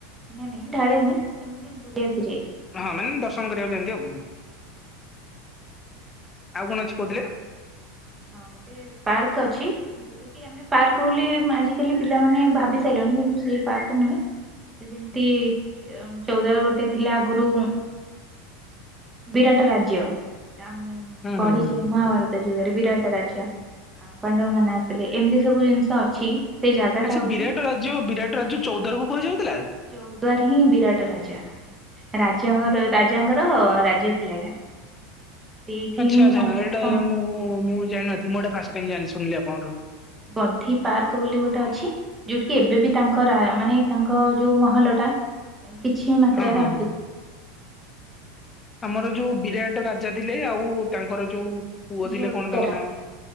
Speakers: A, on the right; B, on the left.
A: ନାଇଁ ନାଇଁ ଢାଳେ ନି, ଏମିତି ବୁଲିବାକୁ ଯାଇଛି।
B: ହଁ ମାନେ ଦର୍ଶନ କରିବାକୁ ଯାଆନ୍ତି, ଆଉ ଆଉ କଣ ଅଛି କହୁଥିଲେ?
A: ହଁ ଗୋଟେ ପାର୍କ ଅଛି। ଆମେ ପାର୍କ ବୋଲି ଆଜିକାଲି ପିଲାମାନେ ଭାବି ସାରିଲଣି, କିନ୍ତୁ ସେଇ ପାର୍କ ନୁହେଁ। ସେ ଯେମିତି ଚଉଦଳ ଗୋଟେ ଥିଲା ଆଗରୁ। ବିରାଟ ରାଜ୍ୟ, ଆମେ
B: ହୁଁ
A: ପଢି
B: ହୁଁ ହୁଁ
A: <unintelligible>
B: ହୁଁ।
A: ବିରାଟ ରାଜ୍ୟ ପାଣ୍ଡବ ମାନେ ଆସିଲେ ଏମିତି ସବୁ ଜିନିଷ ଅଛି। ସେ ଜାଗା
B: ଆଚ୍ଛା
A: ଟା ହଉଛି
B: ବିରାଟ ରାଜ୍ୟ ବିରାଟ ରାଜ୍ୟ ଚୌଦାର କୁ କୁହାଯାଉଥିଲା?
A: ଚଉଦାର ହିଁ ବିରାଟ ରାଜା, ରାଜାଙ୍କ ରାଜାଙ୍କର ରାଜ୍ୟ ଥିଲା। ସେଇଠି
B: ଆଚ୍ଛା
A: ହିଁ
B: ଆଚ୍ଛା
A: ତାଙ୍କ
B: ଏଇଟା
A: ଶାସନ
B: ମୁଁ ମୁଁ ଜାଣିିନଥିଲିଁ ଏଟେ ଫାଷ୍ଟ ଟାଇମ ଶୁଣିଲି ଆପଣଙ୍କଠୁ।
A: ବଧି ପାର୍କ ବୋଲି ଗୋଟେ ଅଛି? ଯୋଉଠ କିି ଏବେ ବି ତାଙ୍କ ରା ମାନେ ତାଙ୍କ ଯୋଉ ମହଲ ଟା କିଛି ମାତ୍ରାରେ
B: ହଁ ହଁ
A: ଅଖ
B: ହଁ ଆମର ଯୋଉ ବିରାଟ ରାଜା ଥିଲେ ଆଉ ତାଙ୍କର ଯୋଉ ପୁ
A: ଝିଅ
B: ଥିଲେ
A: ଉତ୍ତରା
B: କଣ ତାଙ୍କ ନାଁ